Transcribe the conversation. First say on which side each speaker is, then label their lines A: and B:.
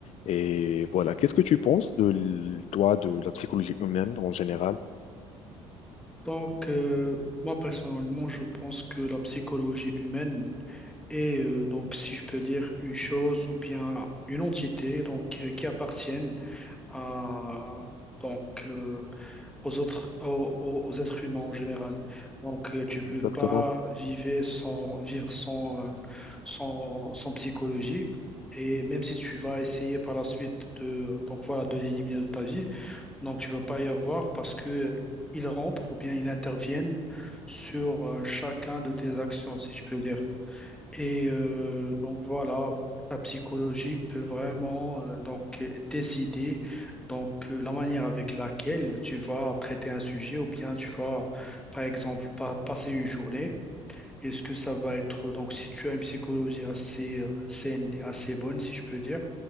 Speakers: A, on the left; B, in the centre.
A: Et voilà, qu'est-ce que tu penses de, l- toi, de la psychologie humaine en général?
B: Donc, euh, moi personnellement, je pense que la psychologie humaine est, euh, donc, si je peux dire, une chose ou bien une entité donc, euh, qui appartiennent à, donc, euh, aux autres, aux, aux- aux êtres humains en général. Donc, euh, tu peux
A: Exactement.
B: pas vivre sans, vivre sans, euh, sans, sans psychologie. Et même si tu vas essayer par la suite de, donc voilà, de l'éliminer de ta vie, donc, tu ne veux pas y avoir parce que euh, ils rentrent ou bien ils interviennent sur euh, chacun de tes actions, si je peux dire. Et euh, donc voilà, la psychologie peut vraiment euh, donc euh, décider donc euh, la manière avec laquelle tu vas traiter un sujet ou bien tu vas par exemple pa- passer une journée. Est-ce que ça va être donc si tu as une psychologie assez euh, saine et assez bonne, si je peux dire,